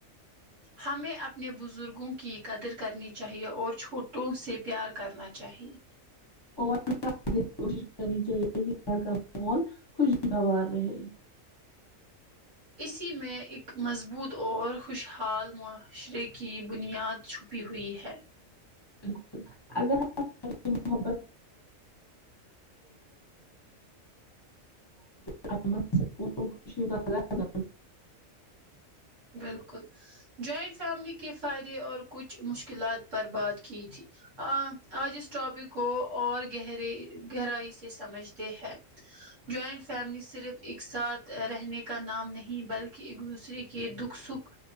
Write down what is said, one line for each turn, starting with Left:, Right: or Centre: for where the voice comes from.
Right: ہمیں اپنے بزرگوں کی قدر کرنی چاہیے اور چھوٹوں سے پیار کرنا چاہیے
Left: اور کوشش کرنی چاہیے کہ گھر کا ماحول خوشگوار رہے
Right: اسی میں ایک مضبوط اور خوشحال معاشرے کی بنیاد چھپ پ ہوئی ہے
Left: بالک اگر محبت الحم خوشی ہوا ہے
Right: بالکل جوائنٹ فیملی کے فائدے اور کچھ مشکلات پر بات کی تھی آ آج اس ٹاپک کو اور گہرے گہرائی سے سمجھتے ہیں جوائنٹ فیملی صرف ایک ساتھ رہنے کا نام نہیں بلکہ کہ ایک دوسرے کے دکھ سکھ